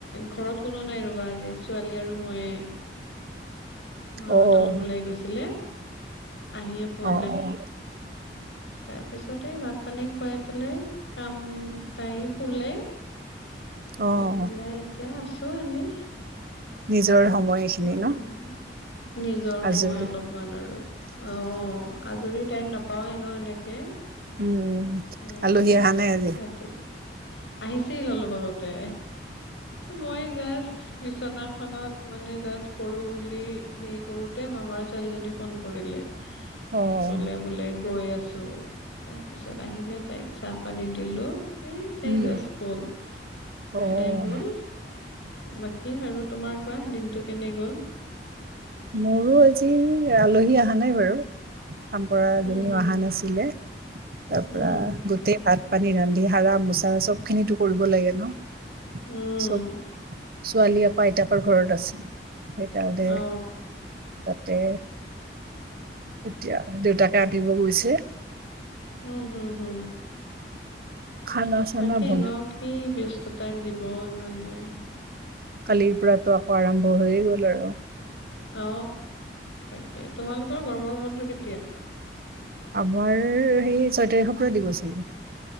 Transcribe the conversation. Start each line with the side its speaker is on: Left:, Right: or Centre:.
Left: ঘৰত কোনো নাই ৰ আজি ছোৱালী আৰু ময়ে। মাহঁত
Right: অ',
Left: অলপ ওলাই গৈছিলে আহিয়ে পোৱা
Right: অ',
Left: নাই। তাৰপিছতে ভাত পানী খুৱাই পেলাই কাম তাই শুলে,
Right: অ',
Left: শুই
Right: অ'।
Left: পেলাই এতিয়া আছো এনেই
Right: নিজৰ সময় এইখিনি
Left: অলপ,
Right: ন
Left: নিজৰ
Right: আজৰি
Left: সময় অলপমান আৰু অ' আজৰি টাইম নাপাওয়ে ন এনেকে
Right: উম,
Left: সেয়াই
Right: আলহী অহা নাই আজি?
Left: ৰাতি। আহিছিল অলপ আগতে মই জাষ্ট বিচনাখনত মানে জাষ্ট পঢ়ো বুলি হেৰি কৰোতে মামাৰ ছোৱালীজনী ফোন কৰিলে।
Right: অ'।
Left: কলে বোলে গৈ আছে। চ তাৰ পিছত আহিলে তাইক চাহ পানী দিলো এই তাই
Right: উম,
Left: জাষ্ট গল
Right: অ',
Left: ওলাই গল বাকী আৰু তোমাৰ। কোৱা দিনটো কেনে গ'ল?
Right: মোৰো আজি আলহী অহা নাই বাৰু কাম কৰা
Left: উম
Right: জনীও
Left: হম
Right: অহা নাছিলে তাৰ
Left: উম
Right: পৰা গোটেই ভাত পানী ৰান্ধি সাৰা মোচা চব খিনিতো কৰিব লাগে ন'
Left: উম
Right: চব ছোৱালী আপ আইতাকৰ ঘৰত আছে। সেইকাৰণে
Left: অ
Right: তাতে এতিয়া দেউতাকে আনিব গৈছে
Left: উম হম-হম।
Right: খানা চানা
Left: তাকে
Right: বন
Left: ন কি ব্যস্ততাৰ জীৱন মানে।
Right: কালিৰ পৰাতো আকৌ আৰম্ভ হৈয়ে গ'ল আৰু
Left: অ তাকে তোমালোকৰ গৰমৰ বন্ধ কেতিয়া <unintelligible>
Right: আমাৰ সেই ছয় তাৰিখৰ পৰা দিব চাগে।